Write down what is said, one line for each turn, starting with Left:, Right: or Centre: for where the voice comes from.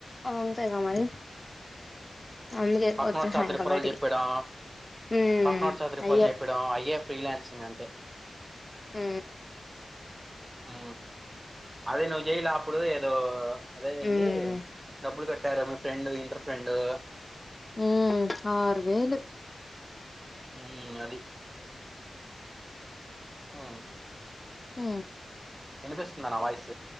Left: అంతేగా మరి అందుకే
Right: పక్కనోడి
Left: వచ్చేసా
Right: చాత
Left: ఇంకా
Right: రిఫరల్
Left: బయటికి
Right: చెప్పడా
Left: ఉమ్
Right: పక్కనోడి చాత రిఫరల్
Left: అయ్యే
Right: చెప్పాడా ఐఏఫ్ ఫ్రీలన్స్ ఇంగంతే
Left: ఊ
Right: ఉ అదే నువ్వు జేయలా అప్పుడు ఏదో అదే ఏంది
Left: ఉమ్
Right: డబ్బులు కట్టారు మీ ఫ్రెండు ఇంటర్ ఫ్రెండ్ డ
Left: ఉ ఆరు వేలు
Right: ఊ అది ఆ
Left: హ
Right: వినిపిస్తుంద నా వాయిస్